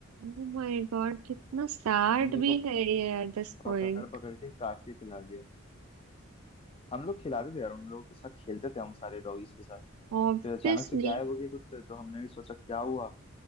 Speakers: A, on the right; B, on the left.
A: ओह माय गॉड कितना सैड
B: उन्हीं
A: भी
B: को
A: है ये एट दिस पॉइंट
B: पकड़ पकड़ के काट के खिला दिया हम लोग खिलाते थे यार उन लोगों के साथ खेलते थे हम सारे डॉगीज के साथ
A: ऑब्वियसली
B: फिर अचानक से गायब हो गए कुत्ते तो हमने भी सोचा क्या हुआ